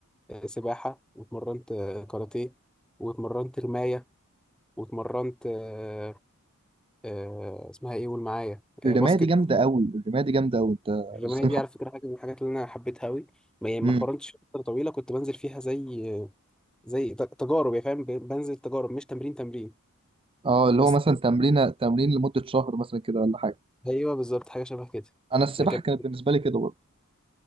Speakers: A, in the centre; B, on the right.
A: آه، سباحه واتمرنت آه، كاراتيه واتمرنت رمايه واتمرنت آه، آه، اسمها ايه قول معايا
B: الرمايه
A: آه، باسكت
B: دي جامده قوي الرمايه دي جامده قوي انت
A: الرمايه
B: ازاي
A: دي
B: محب...
A: على فكره حاجه من الحاجات اللي انا حبيتها قوي ما يعني ما
B: مم.
A: اتمرنتش فتره طويله كنت بنزل فيها زي زي ت- تجارب يا فاهم ب- بنزل تجارب مش تمرين تمرين
B: اه اللي
A: بس
B: هو مثلا تمرين تمرين لمده شهر مثلا كده ولا حاجه
A: ايوه بالظبط حاجه شبه كده
B: انا السباحه
A: لكن
B: كانت بالنسبه لي كده برضه